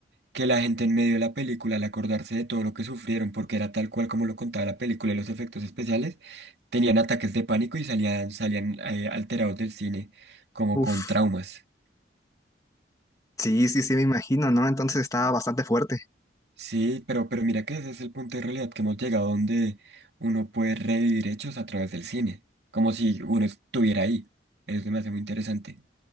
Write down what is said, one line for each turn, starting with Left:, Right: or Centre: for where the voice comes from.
Right: que la gente en medio de la película, al acordarse de todo lo que sufrieron, porque era tal cual como lo contaba la película y los efectos especiales, tenían ataques de pánico y salían, salían eh, alterados del cine, como
Left: Uf,
Right: con traumas.
Left: sí, sí, sí, me imagino, ¿no? Entonces estaba bastante fuerte.
Right: Sí, pero, pero mira que ese es el punto de realidad que hemos llegado donde uno puede revivir hechos a través del cine, como si uno estuviera ahí. Eso me hace muy interesante.